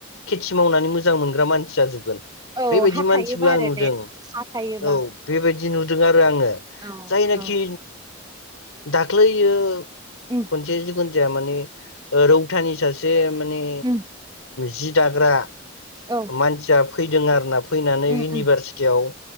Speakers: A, on the left (about 80°); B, on the right (about 20°).
A: खेथि मावनानै मोजां मोनग्रा मानसि जाजोबगोन। बेबायदि
B: औ हा
A: मानसिबो
B: थायोबा
A: आं
B: आरो
A: नुदों
B: ने हा थायोबा
A: औ बेबायदि नुदों आरो आङो
B: औ
A: जायनाखि
B: औ
A: दाग ख्लैयो
B: उम
A: खुन जाया माने रौथानि सासे माने
B: उम
A: जि दाग्रा
B: औ
A: मानसिया फैदों आरो ना। फैनानै
B: उम
A: इउनिभारसिटियाव
B: उम